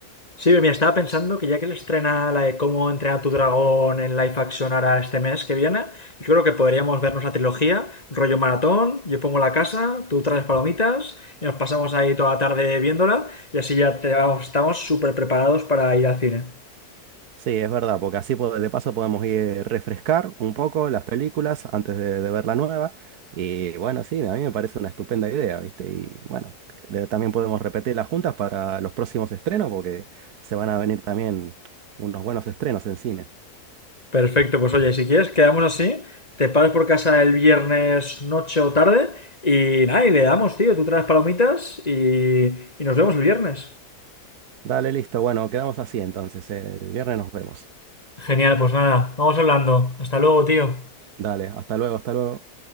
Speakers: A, on the left; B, on the right.
A: Sí, mira, estaba pensando que ya que le estrena la de Cómo entrenar a tu dragón en live action ahora este mes que viene, yo creo que podríamos vernos la trilogía, rollo maratón, yo pongo la casa, tú traes palomitas y nos pasamos ahí toda la tarde viéndola y así ya te- vamos, estamos súper preparados para ir al cine.
B: Sí, es verdad, porque así po- de paso podemos ir refrescar un poco las películas antes de, de ver la nueva. Y bueno, sí, a mí me parece una estupenda idea, ¿viste? Y bueno, le- también podemos repetirlas juntas para los próximos estrenos, porque se van a venir también unos buenos estrenos en cine.
A: Perfecto, pues oye, si quieres quedamos así, te paras por casa el viernes noche o tarde y nada, y le damos, tío, tú traes palomitas y, y nos vemos el viernes.
B: Dale, listo, bueno, quedamos así entonces. eh, El viernes nos vemos.
A: Genial, pues nada, vamos hablando. Hasta luego, tío.
B: Dale, hasta luego, hasta luego.